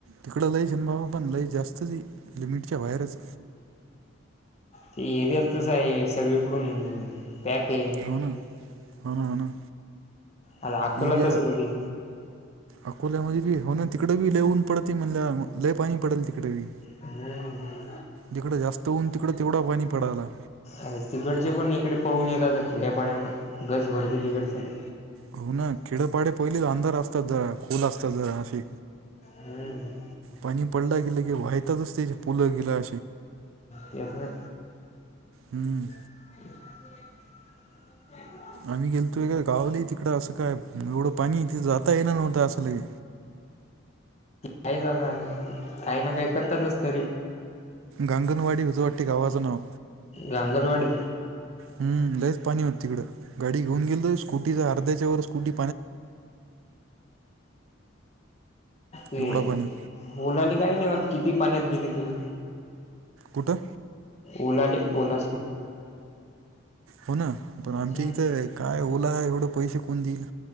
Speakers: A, on the right; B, on the left.
A: तिकडं लईच बाबा पण लईच जास्त त. लिमिटच्या वयरच.
B: ते एरिया तस आहे सगळीकडून. पॅक आहे
A: हो ना हो ना हो ना.
B: आ अकोलातच
A: एरिया
B: होधी.
A: अकोल्यामध्ये बी हो ना तिकडे बी ललेहऊन पडतते म्हणल्या लले पाणी पडेल तिकडे बी.
B: हम्म.
A: तिकडं जास्त होऊन तिकडं तेवढा पाणी पडाला.
B: अरे तिकडचे पण इकडे पळून येत आता खेड्यापाड्यान गज भरते तिकडचं तर.
A: हो ना खेडपाडे पहिल अंधार असतात खोल असतात अशी.
B: हम्म
A: पाणी पडला गेलं की वाहतच ते पुलं गेला.
B: येत नाही.
A: हम्म.
B: <unintelligible>
A: आम्ही गेलतोय गावलं तिकडं असं काय एवढं पाणी ते जाता ये ना नव्हतं असंलही.
B: कायच आता काही ना काही करतच असत.
A: गंगनवाडी विजुवट्ट गावाच नाव.
B: गांगलवाडी.
A: ह लयच पाणी होतं तिकडं गाडी घेऊन गेल तर स्कूटीचा अर्ध्याच्या वर स्कूटी.
B: ह.
A: एवढा पाणी
B: बोलाले काही नाही किती पाण्यात गेली तरी.
A: कुठं.
B: ओला ले ओला.
A: हो ना पण आमच्या
B: हम्म
A: इथं काय ओला एवढं पैसे कोण दिईल.